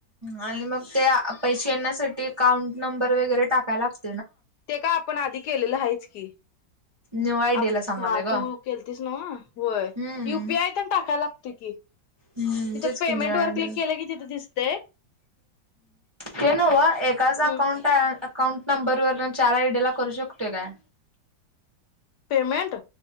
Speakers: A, on the right; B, on the left.
A: आणि मग त्या पैशे येण्यासाठी काउंट नंबर वगैरे टाकायला लागतो.
B: ते काय आपण आधी केलल हायच. की.
A: न्यू आय
B: आप
A: डी ला सांगाले
B: हा
A: ग,
B: तू केलतीस नव्ह होय
A: हम्म
B: युपीआय तेन टाकायला लागतय की
A: हम्म
B: तिथं
A: तेच
B: पेमेंट
A: कि न्यू आय
B: वर क्लिक
A: डी
B: केलं की तिथं दिसतय
A: ते नव्हं एकाच
B: हम्म.
A: अकाउंट आ काउंट नंबर वरण चार आय डी ला करूं शकतोय काय?
B: पेमेंट?